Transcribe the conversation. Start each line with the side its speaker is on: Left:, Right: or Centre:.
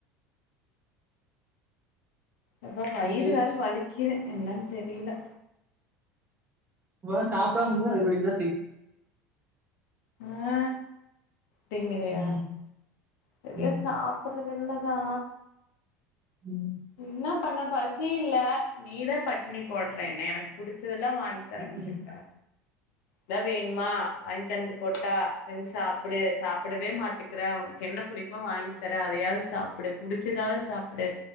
Left: எப்பா வயிறு
Right: சரி.
Left: வேற வலிக்கிது என்னன் தெரில
Right: வா சாப்டாம <unintelligible> வயிறு வலிக்தா செய்
Left: அ திங்கறியா
Right: ம்.
Left: சரியா
Right: ம்.
Left: சாப் ப்புறதில்லதா
Right: உம்
Left: என்னா பண்ண பசி இல்ல நீதான் பட்னி போட்ற என்ன எனக்கு புடிச்சதெல்லா வாங்கி தறமாட்டிக்ற
Right: ம்
Left: தா வேண்மா வாங் தண்ட்டு போட்டா செஞ்சு சாப்புடு சாப்பிடவே மாட்டு க்றவ்ன் கென்ன பிடிக்மோ வாங்கி தரே அதையாவ் சாப்புடு புடிச்சதாவ் சாப்புடு